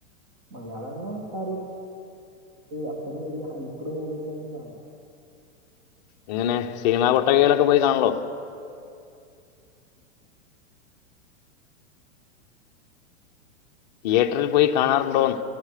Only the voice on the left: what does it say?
ഇങ്ങനെ സിനിമാ കൊട്ടകേലൊക്കെ പോയി കാണല്ലോ തിയേറ്ററിൽ പോയി കാണാറുണ്ടോന്ന്